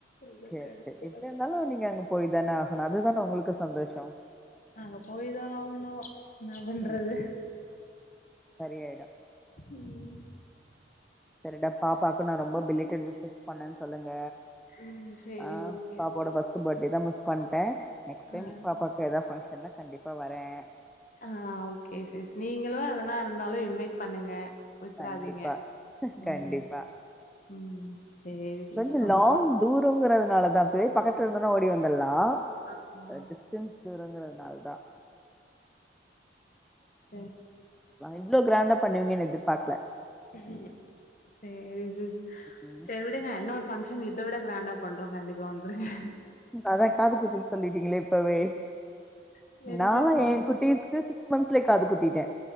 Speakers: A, on the left (about 45°); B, in the centre.
A: அதா
B: செரி
A: கடுப்பா
B: செரி எப்ப
A: இருக்கு
B: இருந்தாலும் நீங்க அங்கப் போய் தான ஆகணும் அதுதான உங்களுக்கு சந்தோஷம்
A: அங்க போயி தான் ஆகணும் என்ன பண்றது
B: ம் சரியாயிடு
A: உம்
B: சரிடா பாப்பாக்கு நான் ரொம்ப பில் <inaudible> விஸ் பண்ணன் சொல்லுங்க
A: ம் சேரி
B: ஆ
A: ஓகே
B: பாப்பா
A: சிஸ்
B: ஓட ஃபர்ஸ்ட் பர்டேதா மிஸ் பண்ட்டேன் நெக்ஸ்
A: ஆ
B: டைம் பாப்பாகு ஏதாவது பண் என்ன கண்டிப்பா வர்ரேன்
A: ஆ ஓகே சிஸ் நீங்களும் எதனா இருந்தாலும் இன்வைட் பண்ணுங்க விட்றாதீங்க
B: கண்டிப்பா கண்டிப்பா
A: ம் ம் சேரி சிஸ்
B: கொஞ்சம்
A: உங்க
B: லாங்
A: கூட
B: துரங்கிறதுனால தான் இப்ப பக்கத்து எங்க இருந்தலம் ஓடி வந்தல
A: ஆமா
B: <unintelligible> அதான்
A: சரி
B: இவ்ள கிரான்ட பண்ணுவிங்க எதிர்பாக்
A: ம் சரி சிஸ்
B: ம்
A: சரி விடுங்க என்ன ஒரு ஃங்க்ஷன் இத விட க்ராண்டா பண்றோம் கண்டிப்பா வந்துருங்
B: அதா காது குத்துன்னு சொல்லிட்டீங்களே இப்பவே
A: சரி
B: நாலா
A: சரி
B: எ குட்டீஸ்க்கு சிக்ஸ் மந்த்ஸ்லயே காது குத்திட்டே